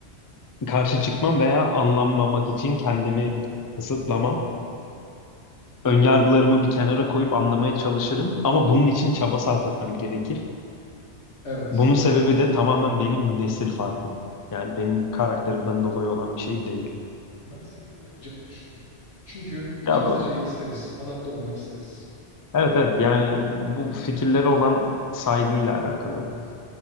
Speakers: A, on the left; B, on the left.
A: karşı çıkmam veya anlanmamak için kendimi kısıtlamam. Önyargılarımı bir kenara koyup anlamaya çalışırım ama bunun için çaba sarf etmem gerekir.
B: Evet.
A: Bunun sebebi de tamamen benim nesil farkım. Yani benim karakterimden dolayı olan bir şey değil.
B: Ben senin bunu yapacağını düşünüyorum. Çünkü ikimiz
A: Ya bu.
B: de şeyi isteriz. Adapte olmak isteriz.
A: Evet evet yani bu fikirlere olan saygıyla alakalı
B: Evet.